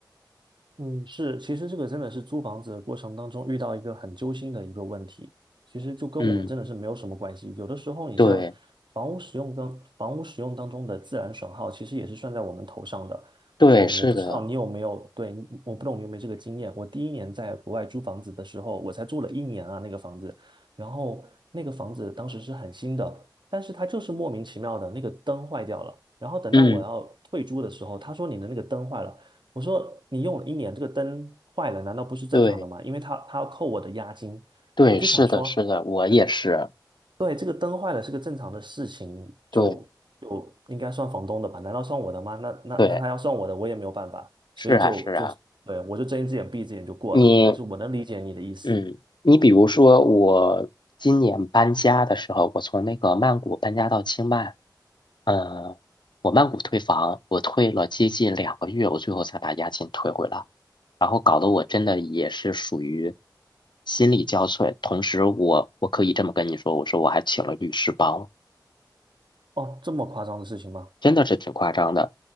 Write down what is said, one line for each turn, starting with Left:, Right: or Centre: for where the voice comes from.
Right: 嗯，是，其实这个真的是租房子的过程当中遇到一个很揪心的一个问题，其实就跟我们真的是没有什么关系。
Left: 嗯，
Right: 有的时候，你像房屋使用当房屋使用当中的自然损耗，
Left: 对，
Right: 其实也是算在我们头上的。
Left: 对，
Right: 哦，
Left: 是的，
Right: 我不知道你有没有，对，你我不懂你有没有这个经验。我第一年在国外租房子的时候，我才住了一年啊，那个房子，然后那个房子当时是很新的，但是它就是莫名其妙的那个灯坏掉了。然后等到我要退租的时候，
Left: 嗯，
Right: 他说你的那个灯坏了。我说你用了一年，这个灯坏了，难道不是正常的吗？
Left: 对，
Right: 因为他他要扣我的押金，
Left: 对，
Right: 我就想说，
Left: 是的，是的，我也是，
Right: 对，这个灯坏了是个正常的事情，
Left: 对，
Right: 就就应该算房东的吧？难道算我的吗？那那那他要算我的，
Left: 对，
Right: 我也没有办法，所以就就对我就睁一只眼闭一只眼就过了。
Left: 是啊，是啊，你
Right: 但是我能理解你的意思，
Left: 嗯，你比如说我今年搬家的时候，我从那个曼谷搬家到清迈，嗯，我曼谷退房，我退了接近两个月，我最后才把押金退回来，然后搞得我真的也是属于心力交瘁。同时我，我可以这么跟你说，我说我还请了律师帮我。
Right: 哦，这么夸张的事情吗？
Left: 真的是挺夸张的。